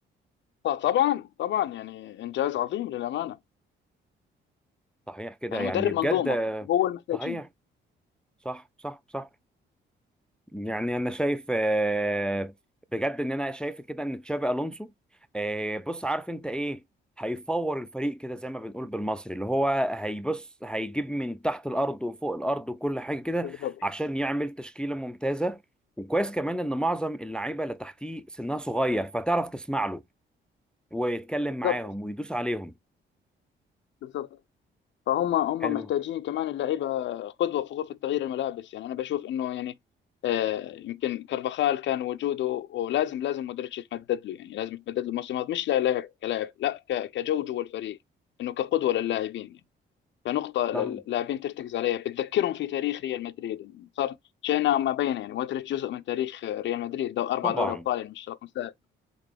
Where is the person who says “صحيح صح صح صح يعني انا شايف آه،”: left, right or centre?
Centre